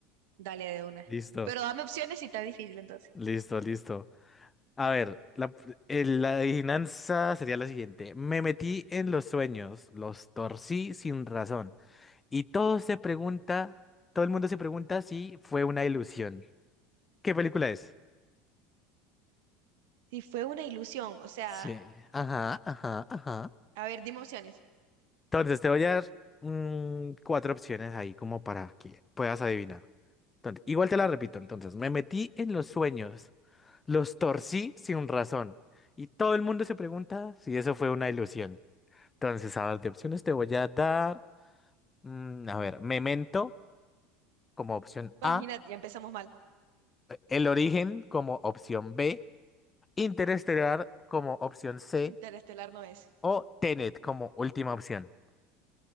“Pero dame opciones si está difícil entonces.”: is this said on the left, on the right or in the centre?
Right